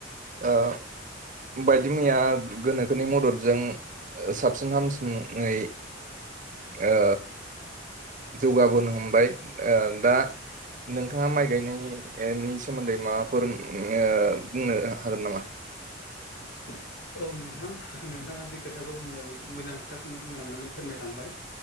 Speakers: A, on the right (about 45°); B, on the left (about 55°).
A: ओ बायदि मैया गोनोखोनि मददजों ओ साबसिन हामसिङै ओ। जौगाबोनो हमबाय ओ दा नोंथाङा माइ गायनायनि बेनि सोमोन्दै माबाफोर बुंनो हागोन नामा?
B: औ नोंथां नोंथाङा जि खोथाखौ बुंदों मोजां खोथाखौनो बुंलांनानै फोरमायलांबाय।